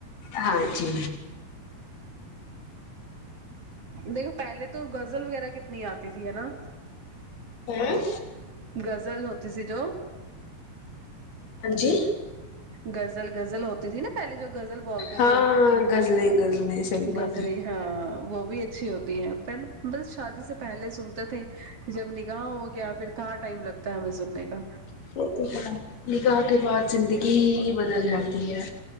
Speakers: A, on the left; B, on the right.
A: ہاں جی
B: دیکھو پہلے تو غزل وغیرہ کتنی آتی تھی ہے نا
A: ھمم
B: غزل ہوتی تھی جو
A: ہاں جی
B: غزل غزل ہوتی تھی نا پہلے جو غزل بولتے
A: ہاں
B: تھے
A: غزلیں غزلیں صحیح بات
B: غزلیں
A: ہے
B: ہاں وہ بھی اچھی ہوتی ہے پر بس شادی سے پہلے سنتے تھے جب نکاح ہو گیا پھر کہاں ٹائم لگتا ہے ہمیں سننے کا
A: <unintelligible> نکاح کے بعد زندگی ہی بدل جاتی ہے